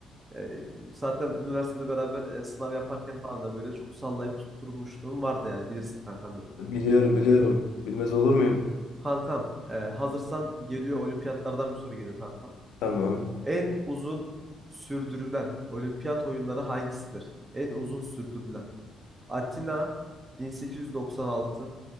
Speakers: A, on the right (about 25°); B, on the left (about 85°).
A: E, zaten üniversitede beraber e, sınav yaparken falan da böyle çok sallayıp tutturmuşluğum vardı yani bilirsin kankam
B: Biliyorum biliyorum. Bilmez olur muyum?
A: Kankam, e, hazırsan geliyor olimpiyatlardan bir soru geliyor kankam.
B: Tamam.
A: En uzun sürdürülen olimpiyat oyunları hangisidir? En uzun sürdürülen. Atina 1896,